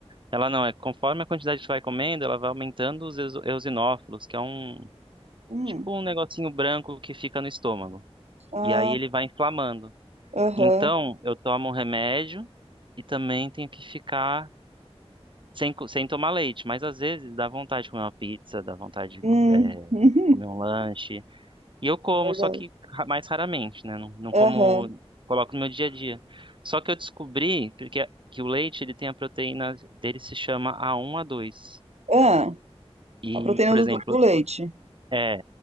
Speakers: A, on the right; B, on the right.
A: Ela não, é conforme a quantidade que você vai comendo, ela vai aumentando os eoso- eosinófilos, que é um,
B: Hum.
A: tipo um negocinho branco que fica no estômago.
B: Ah,
A: E aí ele vai inflamando.
B: aham.
A: Então, eu tomo um remédio e também tenho que ficar sem, co- sem tomar leite. Mas às vezes dá vontade de comer uma pizza, dá vontade de,
B: Hum.
A: co- eh,
B: <laughs>
A: comer um lanche. E eu como,
B: É verdade.
A: só que ra- mais raramente, né? Não, não como,
B: Aham.
A: coloco no meu dia a dia. Só que eu descobri porque, que o leite ele tem a proteína dele se chama A1, a dois.
B: Ah,
A: E,
B: a proteína
A: por
B: do,
A: exemplo,
B: do leite.
A: é.